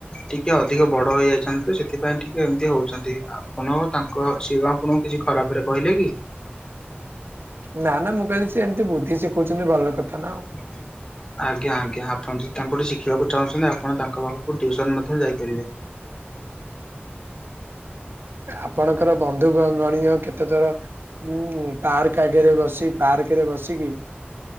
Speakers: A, on the left; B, on the right.
A: ଟିକେ ଅଧିକ ବଡ ହେଇଯାଇଛନ୍ତି ତ ସେଥିପାଇଁ ଟିକେ ଏମିତି ହଉଛନ୍ତି। ଆପଣ ତାଙ୍କ, ସିଏ କଣ ଆପଣଙ୍କୁ କିଛି ଖରାପ ରେ କହିଲେ କି?
B: ନା ନା ମୁଁ କହିଲି ସେ ଏମିତି ବୁଦ୍ଧି ଶିଖଉଛନ୍ତି ଭଲ କଥା ନା ଆଉ।
A: <unintelligible> ଆଜ୍ଞା ଆଜ୍ଞା ଆପଣ ଯଦି ତାଙ୍କ ଠୁ ଶିଖିବାକୁ ଚାହୁଁଛନ୍ତି, ଆପଣ ତାଙ୍କ ପାଖକୁ ଟିଉସନ ମଧ୍ୟ ଯାଇପାରିବେ।
B: ଆପଣଙ୍କର ବନ୍ଧୁଗଣ କେତେ ଥର ହୁଁ ପାର୍କ ଆଗରେ ବସି, ପାର୍କରେ ବସିକି